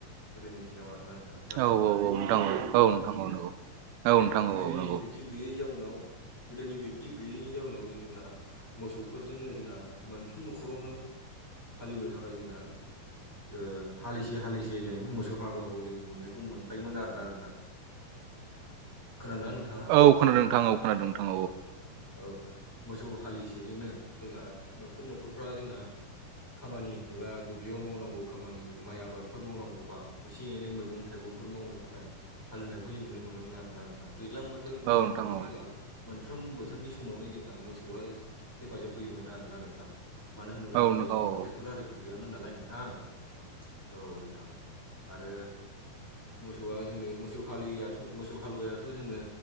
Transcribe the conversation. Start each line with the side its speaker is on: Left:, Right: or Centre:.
Centre: गोदोनि दिनाव आरोना। नाथाय
Right: औ औ नोंथां
Centre: दानि जुगावथ
Right: औ
Centre: बेबायदि
Right: नोंथां
Centre: गैया
Right: औ नंगौ औ नोंथां
Centre: गोदोनि
Right: औ औ नंगौ
Centre: बिब्दि गैयै जाउनाव गोदोनि बिब्दि गैयैनि जाउनाव जोंहा मोसौफोरजोंनो जोंहा। मोनफ्रोम न'खरावनो हालेवनो थाखाय जोंहा ओ हालिसे हालिसे जों मोसौ हालुवाखौ जों नुनायखौ मोनखायोमोन आरो ना नोंथां। खोनोना नोंथाङा?
Right: औ खोनादों नोंथां औ खोनादों नोंथां
Centre: औ औ मोसौ हालिसेजोंनो जोंहा मोनफ्रोम न'खरफ्रा जोंहा खामानि एबा दुब्लियाव मावनांगौ खामानि माइ आबादफोर मावनांगौबा एसे एनै मैगं थाइगंफोर मावनो थाखाय हालौनायखौ जों नुनो मोनोमोन आरो ना नोंथां। दैज्लां बोथोर मेसें
Right: औ नोंथां
Centre: बोथोर
Right: औ
Centre: जोंहा मोनफ्रोम बोथोरनि समावनो जोंहा मोसौआ जि हेफाजाब होयोमोन आरोना नोंथां। मानो होनोब्ला
Right: औ
Centre: गोदोनि
Right: नोंथां
Centre: समावथ'
Right: औ
Centre: ट्रेक्टर आरिफोर गैयामोन नालाय नोंथां। औ नोंथां। आरो मोसौआ जोंनो मोस सौ हालियाथ' मोसौ हालुवायाथ' जोंनो